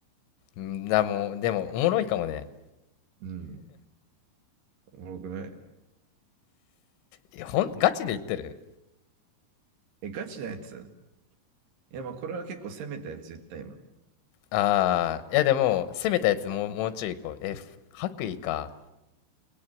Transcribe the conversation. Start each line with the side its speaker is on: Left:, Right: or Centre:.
Left: んだもう、でも、おもろいかもね。
Right: うん。おもろくない。
Left: えほん、ガチで言ってる
Right: え、ガチなやついや、まあ、これは結構攻めたやつ、絶対今。
Left: ああいやでも、攻めたやつもう、もうちょい行こう。え、白衣か。